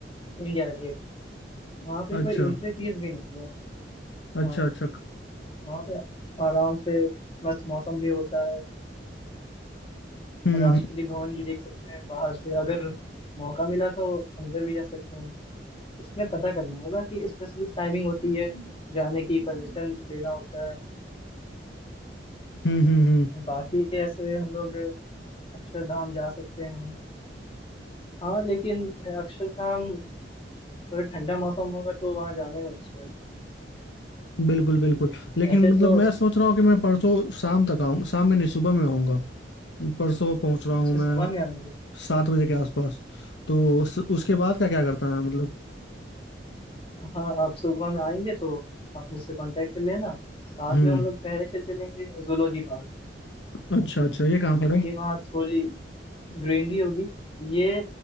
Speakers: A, on the left (about 30°); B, on the left (about 80°).
A: इंडिया गेट वहाँ पे
B: अच्छा
A: कोई एंट्री फीस भी नहीं है
B: अच्छा
A: हाँ
B: अच्छा
A: वहाँ पे आराम से मस्त मौसम भी होता है
B: हम्म
A: राष्ट्रपति
B: हम्म
A: भवन भी देख सकते हैं बाहर से अगर मौका मिला तो अंदर भी जा सकते हैं इसमें पता करना होगा कि स्पेसिफिक टाइमिंग होती है जाने की परमिशन लेना होता है
B: हम्म हम्म हम्म,
A: बाकी ऐसे हम लोग अक्षरधाम जा सकते हैं हाँ लेकिन अक्षरधाम थोड़ा ठंडा मौसम होगा तो वहाँ जाने में अच्छा है
B: बिल्कुल बिल्कुल लेकिन
A: ऐसे
B: मतलब
A: तो
B: मैं सोच रहा हूँ कि मैं परसों शाम तक आऊँ शाम में नहीं सुबह में आऊँगा परसों पहुँच रहा हूँ
A: अच्छा
B: मैं
A: सुबह में आएंगे
B: सात बजे के आसपास तो उस, उसके बाद का क्या करता है मतलब
A: हाँ आप सुबह में आएंगे तो आप मुझसे कांटेक्ट कर लेना साथ
B: हम्म
A: में हम लोग पहले चल चलेंगे जूलॉजी पार्क
B: अच्छा अच्छा ये काम
A: क्योंकि
B: करो
A: वहाँ थोड़ी ग्रीनरी होगी ये